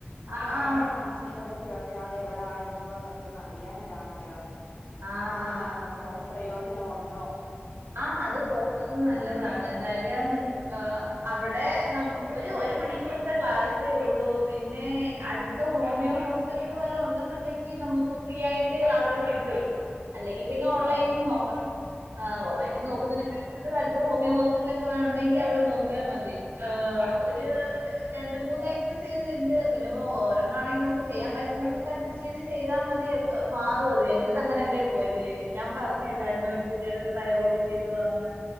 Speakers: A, on the left; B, on the right.
A: അപ്പൊ
B: ആ
A: അതിന്റെ
B: ആ
A: ക്ലാസ്നെ പറ്റിയൊക്കെ അതെവെടാ എന്തുവാന്നൊക്കെ ഒന്ന് അറിയാനൊരാഗ്രഹം
B: ആ
A: എങ്ങനെയാ
B: ആ
A: നമുക്ക്തിനെ പ്രയോജനം ഒണ്ടോ
B: ആ അത് പോകുന്നത് നല്ലതാണ് കാര്യം അവിടെ നമു ഒരു ഒരു മണിക്കൂറത്തെ ക്ലാസ്സേ ഒള്ളൂ പിന്നെ അടു ത്ത് ഹോമിയോ ഹോസ്പിറ്റല് വല്ലോം ഉണ്ടെന്നുണ്ടെങ്കി നമുക്ക് ഫ്രീ ആയിട്ട് അവിടെ കിട്ടും അല്ലെങ്കി പിന്നെ ഓൺലൈനിൽ
A: ആഹ്
B: ന്നോ ആ ഓൺലൈനിൽ
A: ആഹ്
B: നോക്കുന്നേനെ <inaudible> അടുത്ത് ഹോമിയോ ഹോസ്പിറ്റലൊക്കെ ഉണ്ടെങ്കി അവിടെ നോക്കിയാ മതി ആഹ് ഒര് <unintelligible> രണ്ട് മൂന്ന് എക്സർസൈസ്ണ്ട് പിന്നെ ഒരെണ്ണാണെങ്കിൽ നമുക്ക് ചെയ്യാൻ പറ്റുന്നതൊക്കെ ഇത് ചെയ്താൽ മതി മാറും അത് എൻന്റെത് അങ്ങനെയല്ലേ പോയതേ ഞാൻ പറഞ്ഞല്ലായിരുന്നോ എനിക്കിതേകണക്ക് തൈറോഡിന്റെ ഇത് വന്ന്